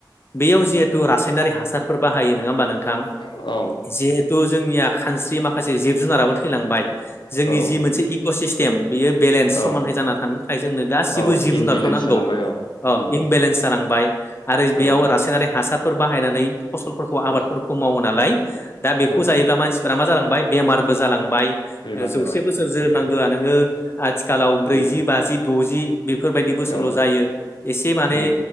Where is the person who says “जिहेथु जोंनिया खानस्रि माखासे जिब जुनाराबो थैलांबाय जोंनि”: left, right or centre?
Left